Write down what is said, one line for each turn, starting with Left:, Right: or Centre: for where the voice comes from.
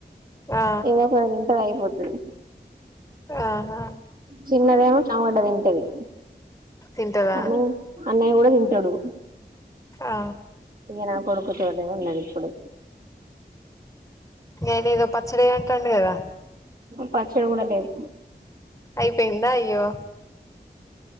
Left: ఆ
Right: ఏద కూడా ఇంట అగిపోతుడి
Left: ఆహా
Right: చిన్నదేమొ టమట తింటది.
Left: తింటదా?
Right: అన్నయ్య అన్నయ్య కూడా తింటాడు.
Left: ఆ
Right: ఏ నా కొడుకు తోటే ఉన్నది ఇప్పుడు
Left: నేనుద పచ్చడి అంటం గదా
Right: పచ్చడి కూడా లేదు
Left: అయిపోయిందా అయ్యో